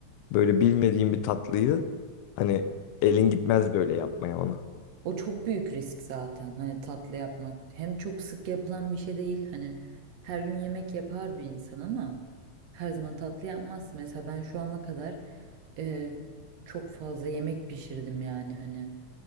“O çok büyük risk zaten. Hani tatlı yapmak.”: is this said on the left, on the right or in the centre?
Right